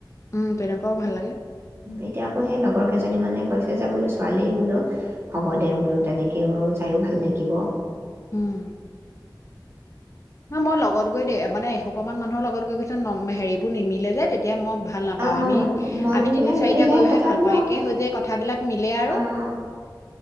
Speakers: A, on the left (about 40°); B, on the right (about 35°).
A: উম প্ৰনেংকাও ভাল লাগে
B: এতিয়া আকৌ সেই লগৰ কেইজনী মানে কৈছে যে বোলো ছোৱালী বোলো হ'ব দে বোলো তেনেকৈও যায়ো ভাল লাগিব
A: উম ন মই লগত গৈ দে মানে অকণমান মানুহৰ লগ গৈ কিছু হেৰিবোৰ নিমিলে যে তেতিয়া মই ভাল নাপাওঁ
B: অঁ
A: আমি
B: মনবিলাক
A: আমি তিনি চাৰিটা
B: নিমিলে
A: গৈহে
B: তথাপিও
A: ভাল পাওঁ একে হৈ যে কথাবিলাক মিলে আৰু
B: অঁ